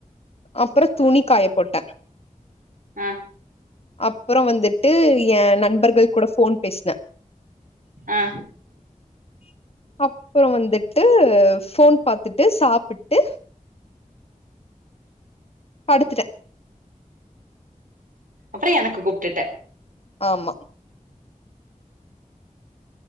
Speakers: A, on the left; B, on the right.
A: அப்றோ துணி காய போட்
B: ஆ
A: அப்றோ வந்திட்டு ஏ நண்பர்கள் கூட ஃபோன் பேசுன
B: ஆ
A: அப்போ வந்திட்டு ஃபோன் பாத்திட்டு சாப்பிட்டு படுத்துட்டே
B: அப்றோ எனக்கு கூப்டுட்ட
A: ஆமா